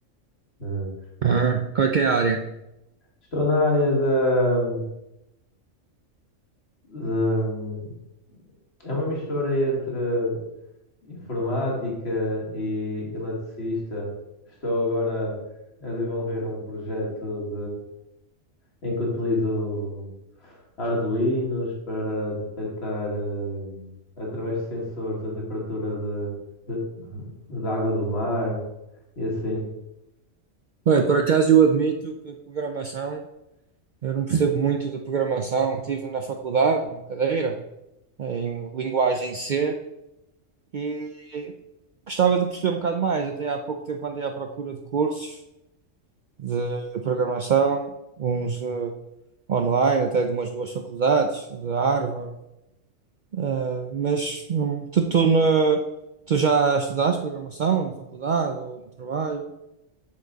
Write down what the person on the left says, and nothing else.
Eh,
Estou na área da, da- É uma mistura entre informática e eletricista. Estou agora a desenvolver um projeto em que utilizo Arduinos para detectar, eh, através de sensores, a temperatura de, de- da água do mar e assim.